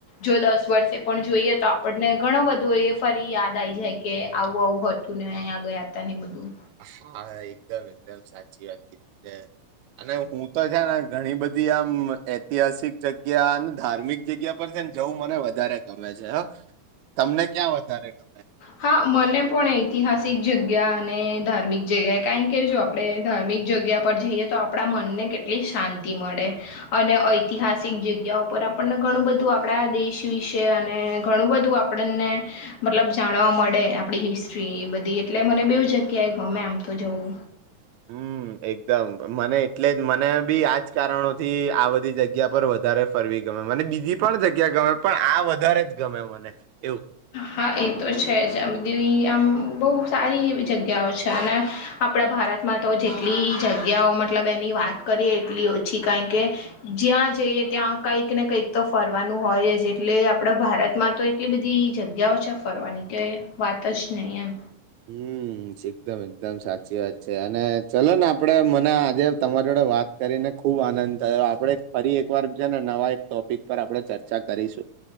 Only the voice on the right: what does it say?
હાા એકદમ એકદમ સાચી વાત કીધ છે અને હું તો છે, ને ઘણી બધી આમ, ઐતિહાસિક જગ્યા અને ધાર્મિક જગ્યા પર છે ને જવું મને વધારે ગમે છે હ, તમને ક્યાં વધારે ગમે
હમ એકદમ મને એટલે જ મને બી આજ કારણો થી આ બધી જગ્યા પર વધારે ફરવી ગયો મને બીજી પણ જગ્યા ગમે પણ આ વધારે જ ગમે મને એવું
હમ એકદમ એકદમ સાચી વાત છે અને ચલો ને આપડે મના જ તમારી જોડે વાત કરીને ખુબ આનંદ થયો આપડે ફરી એક વાર છે ને નવા એક ટોપિક પર આપડ ચર્ચા કરીશું